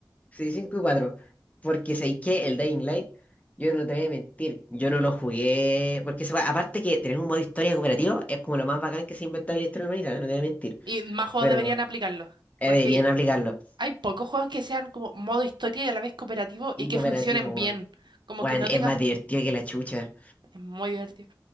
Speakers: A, on the left; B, on the right.
A: Sí, cinco y cuatro, Porque ¿sabes qué? El Dying Light, yo no te voy a mentir. Yo no lo jugué. Porque se va- aparte que tener un modo historia cooperativo es como lo más bacán que se ha inventado en la historia de la humanidad, no te voy a mentir.
B: Y más juegos
A: Pero
B: deberían aplicarlo.
A: eh,
B: Porque
A: deberían aplicarlo.
B: hay pocos juegos que sean como modo historia y a la vez cooperativo
A: Y
B: y que
A: cooperativo,
B: funcionen
A: weón.
B: bien. Como
A: Weón,
B: que no
A: es
B: tengas...
A: más divertido que la chucha.
B: Es muy divertido.